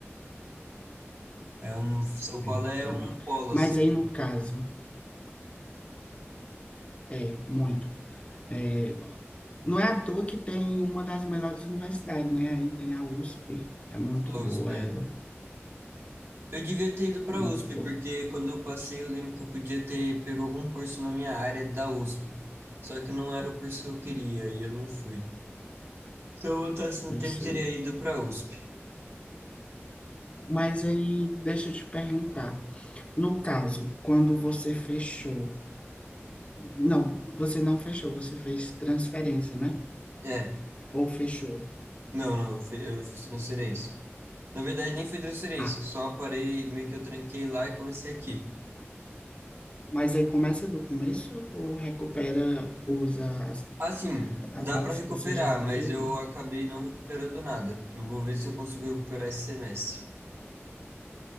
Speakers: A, on the right; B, on the left.
A: É um, São
B: Tem.
A: Paulo é
B: tem
A: um
B: muito.
A: polo, assim,
B: Mas aí
A: né?
B: no caso, é muito. É, não é à toa que tem uma das melhores universidades, né? Aí tem a USP, é muito
A: Ou,
B: boa
A: é.
B: ela,
A: Eu devia ter ido para
B: muito
A: a USP,
B: boa,
A: porque quando eu passei, eu lembro que eu podia ter pego algum curso na minha área da USP. Só que não era o curso que eu queria e eu não fui. Se eu voltasse no
B: eu
A: tempo,
B: sei.
A: teria ido para a USP.
B: Mas aí, deixa eu te perguntar, no caso, quando você fechou, não, você não fechou, você fez transferência, né?
A: É,
B: Ou fechou.
A: não, não, eu fi- eu fiz transferência. Na verdade, nem foi transferência,
B: Ah,
A: eu só parei, meio que eu tranquei lá e comecei aqui.
B: mas aí começa do começo ou recupera, usa as,
A: Assim,
B: as
A: dá
B: aulas
A: para recuperar,
B: que você já teve?
A: mas eu acabei não recuperando nada. Eu vou ver se eu consigo recuperar esse semestre.